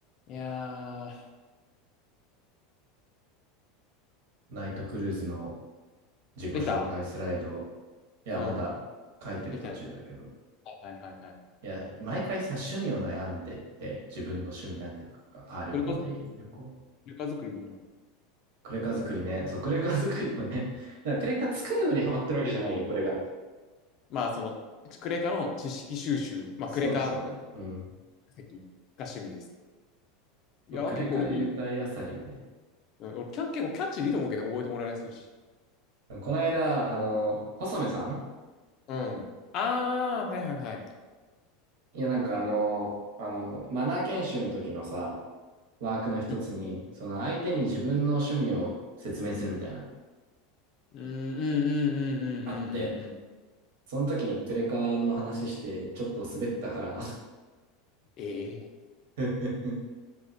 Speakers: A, on the left (about 35°); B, on the right (about 70°).
A: いやー、
B: ナイトクルーズの自己紹介スライド、
A: できた
B: いや、
A: うん。
B: まだ書いてる途中だけど、
A: できた。はいはいはいはい。
B: いや、毎回さ、趣味を悩んでって、自分の趣味なんて書くか。あ、旅行でいい、
A: クレカ作り、
B: 旅行。
A: クレカ作りでいいんだ
B: クレカ作りね。そう、クレカ作りもね。<laughs> だからクレカ作るのにハマってるわけじゃないよ、これが。
A: まあ、その、クレカの知識収集、まあ、
B: そうそうね。
A: クレカ
B: うん。
A: 化石が趣味です。いやー、
B: まあ、クレカ優待あさりはね。
A: 結構いい。うん、俺キャ、結構キャッチーでいいと思うけど、覚えてもらいやすいし。
B: この間、あの、細目さん
A: うん。あー、はいはいはい。
B: いや、なんかあの、あの、マナー研修の時のさ、ワークの一つに、
A: うん、
B: その相手に自分の趣味を説明するみたいな、
A: うん、うん、うん、うん、うん、
B: あって、
A: うんうん。
B: その時にクレカの話してちょっと滑ったから
A: ええ
B: <laughs>